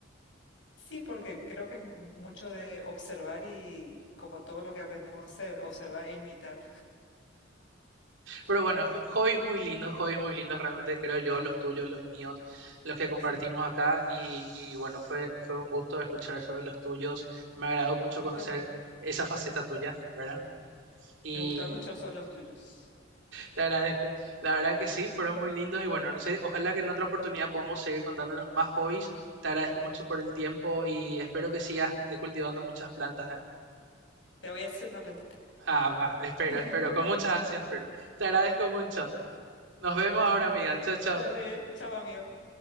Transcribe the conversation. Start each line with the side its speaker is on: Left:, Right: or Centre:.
Left: Sí, porque creo que es mu- mucho de observar y como todo lo que aprendemos a hacer, observar e imitar.
Right: Pero bueno, hobbies muy lindos, hobbies muy lindos realmente creo yo, los tuyos, los míos, los que compartimos
Left: Sí,
Right: acá y, y bueno, fue, fue un gusto escuchar sobre los tuyos. Me agradó mucho
Left: a mí
Right: conocer
Left: también.
Right: esa faceta tuya, ¿verdad? Y
Left: Me gustaba escuchar sobre los tuyos.
Right: te agradezco. La verdad que sí, fueron muy lindos y bueno, no sé, ojalá que en otra oportunidad podamos seguir contándonos más hobbies. Te agradezco mucho por el tiempo y espero que sigas eh, cultivando muchas plantas, ¿eh?
Left: Te voy a hacer una plantita.
Right: Ah, va, espero,
Left: <laughs>
Right: espero, con muchas ansias, espero. Te agradezco mucho. Nos vemos ahora, amiga. Chao, chao.
Left: Dale, chao, amigo.